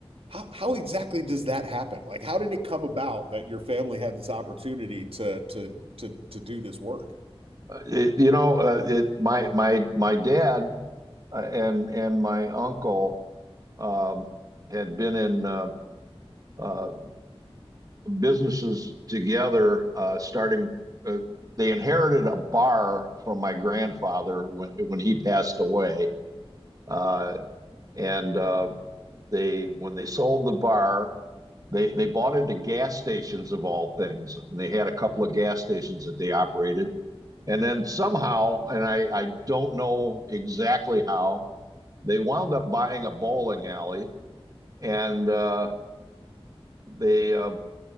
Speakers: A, on the right; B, on the right.
A: how how exactly does that happen? Like, how did it come about that your family had this opportunity to to to to do this work?
B: Uh, It, you know, uh, it my my my dad uh, and and my uncle um, had been in uh, uh, businesses together, uh, starting. Uh, they inherited a bar from my grandfather when when he passed away, uh, and uh, they when they sold the bar, they they bought into gas stations of all things, and they had a couple of gas stations that they operated, and then somehow, and I I don't know exactly how, they wound up buying a bowling alley, and uh, they uh,